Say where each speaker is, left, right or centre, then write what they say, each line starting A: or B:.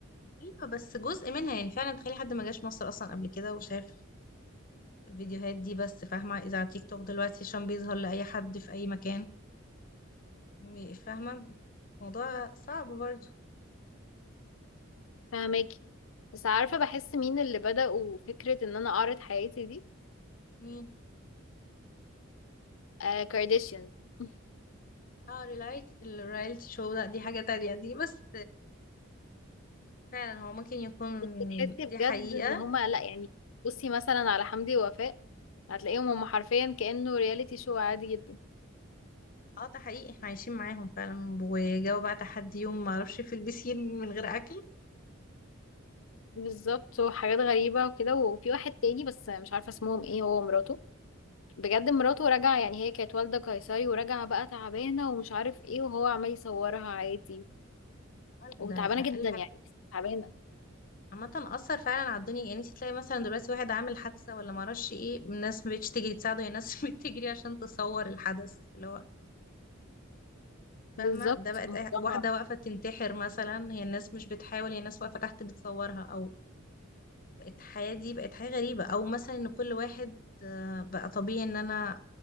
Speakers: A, on the left; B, on the left.
A: ايوه بس جزء منها يعني فعلا تخيلي حد ما جاش مصر اصلا قبل كده وشاف الفيديوهات دي بس فاهمة اذا على تيك توك دلوقتي عشان بيظهر لأي حد في أي مكان م- فاهمة موضوع صعب برضه
B: فاهماكي بس عارفة بحس مين اللي بدأوا فكرة إن أنا أعرض حياتي دي
A: مين
B: آه كارديشيان <laughs>
A: اه ريلايت الرياليتي شو لا دي حاجة تانية دي بس فعلا هو ممكن يكون
B: بس تحسي
A: دي
B: بجد
A: حقيقة
B: إن هما لأ يعني بصي مثلا على حمدي ووفاء هتلاقيهم هما حرفيا كأنه رياليتي شو عادي جدا
A: اه ده حقيقي احنا عايشين معاهم فعلا وجاوا بقى تحدي يوم ما اعرفش في البسين من غير اكل
B: بالظبط وحاجات غريبة وكده وفي واحد تاني بس مش عارفة اسمهم ايه هو ومراته بجد مراته راجعة يعني هي كانت والدة قيصري وراجعة بقى تعبانة ومش عارف ايه وهو عمال يصورها عادي وتعبانة
A: ده اقل
B: جدا يعني
A: حاجة
B: تعبانة
A: عامة أثر فعلا على الدنيا يعني انت تلاقي مثلا دلوقتي واحد عامل حادثة ولا معرفش ايه الناس مبقتش تجري تساعده هي الناس <laughs> بتجري عشان تصور الحدث اللي هو فاهمة
B: بالظبط
A: ده بقت
B: الموضوع
A: أي- واحدة واقفة تنتحر مثلا هي الناس مش بتحاول هي الناس واقفة تحت بتصورها أو بقت الحياة دي بقت حاجة غريبة أو مثلا إن كل واحد آه، بقى طبيعي إن أنا